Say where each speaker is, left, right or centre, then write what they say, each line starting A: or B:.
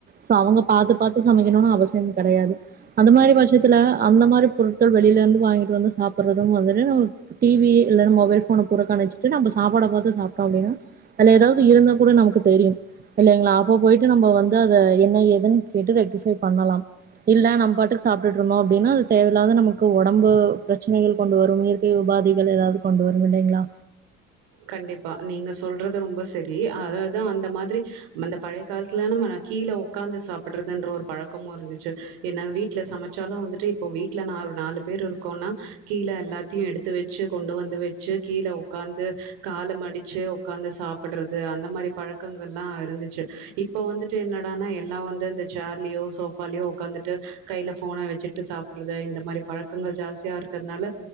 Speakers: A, on the right; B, on the right.
A: சோ அவுங்க பாத்து பாத்து சமைக்கணும்னு அவசியம் இல் கெடையாது அந்த மாரி பட்சத்துல அந்த மாரி பொருட் கள் வெளில இருந்து வாங்கிட்டு வந்து சாப்புட்றதும் வந்துட்டு நம்ம டி வி இல்ல மொபைல் ஃபோன புறக்கணிச்சி சிட்டு நம்ம சாப்பாட பாத்து சாப்டோ அப்டின்னா அதுல ஏதாது இருந்தா கூட நமக்கு தெரியு இல்லைங்களா அப்போ போயிட்டு நம்ம வந்து அத என்ன ஏதுன்னு கேட்டு ரெக்டிஃபை பண்ணலாம் இல்ல நம்ப பாட்டுக்கு சாப்டுட்டு இருந்தோ அப்டின்னா அது தேவையில்லாத நமக்கு ஒடம்பு பிரச்சனைகள் கொண்டு வரும் இயற்கை உபாதிகள் ஏதாது கொண்டு வரும் இல்லீங்ளா
B: கண்டிப்பா நீங்க சொல்றது ரொம்ப செரி அதாது தா அந்த மாதிரி அந்த பழைய காலத்துல நாம்ம கீழ ஒக்காந்து சாப்புட்றதுன்ற ஒரு பழக்கமு இருந்துச்சி என்னா வீட்ல சமைச்சாலு வந்துட்டு இப்போ வீட்ல நா ஒரு நாலு பேர் இருக்கோனா கீழ எல்லாத்தையு எடுத்து வெச்சு கொண்டு வந்து வெச்சு கீழ ஒக்காந்து கால மடிச்சு ஒக்காந்து சாப்புட்றது அந்த மாரி பழக்கங்கள்லா இருந்துச்சு இப்ப வந்துட்டு என்னடானா எல்லா வந்து இந்த சேர்லயோ சோஃபாலயோ ஒக்காந்துட்டு கையில ஃபோன வெச்சுட்டு சாப் ற இந்த மாரி பழக்கங்கள் ஜாஸ்தியா இருக்கறனால